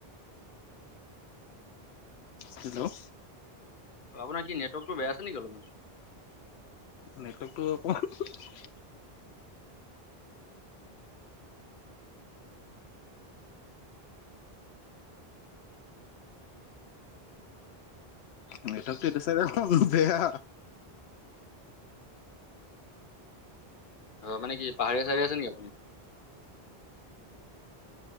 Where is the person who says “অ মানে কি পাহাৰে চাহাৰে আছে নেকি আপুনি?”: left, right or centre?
Left